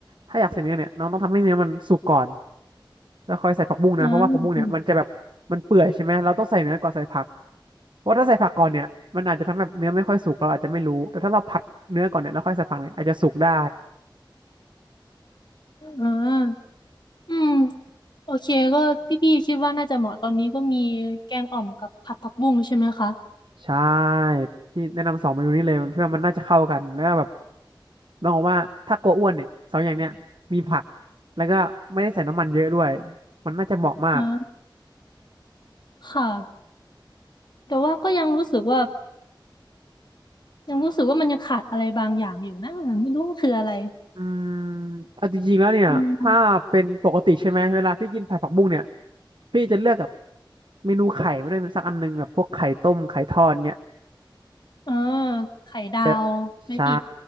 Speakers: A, on the right; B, on the left.
A: ถ้าอยากใส่เนื้อเนี่ยน้องต้องทำให้เนื้อมันสุกก่อนแล้วค่อยใส่ผักบุ้งนะเพราะว่าผักบุ้งเนี่ยมันจะแบบมันเปื่อยใช่ไหมเราต้องใส่เนื้อก่อนใส่ผัก
B: อ่าอ
A: เพราะถ้าใส่ผักก่อนเนี่ยมันอาจจะทำให้แบบเนื้อไม่ค่อยสุกเราอาจจะไม่รู้แต่ถ้าเราผัดเนื้อก่อนเนี่ยแล้วค่อยใส่ผักเนี่ยอาจจะสุกได้
B: ่าอืมโอเคก็ที่พี่คิดว่าน่าจะเหมาะตอนนี้ก็มีแกงอ่อมกับผัดผักบุ้งใช่ไหมคะ
A: ใช่พี่แนะนำสองเมนูนี้เลยเพื่อมันน่าจะเข้ากันแล้วก็แบบต้องบอกว่าถ้ากลัวอ้วนเนี่ยสองอย่างเนี้ยมีผักแล้วก็ไม่ได้ใส่น้ำมันเยอะด้วยมันน่าจะเหมาะมาก
B: อ่าค่ะแต่ว่าก็ยังรู้สึกว่ายังรู้สึกว่ามันยังขาดอะไรบางอย่างอยู่นะไม่รู้ว่าคืออะไร
A: อืมเอาจริงๆแล้วเนี่ยถ้าเป็นปกติใช่ไหมเวลาพี่กินผัดผักบุ้งเนี่ย
B: อืม
A: พี่จะเลือกกับเมนูไข่ไม่ได้วยสักอันหนึงแบบพวกไข่ต้มไข่ทอดเนี่ย
B: อ่าไข่ดาวไหมพี่
A: แต่ใช่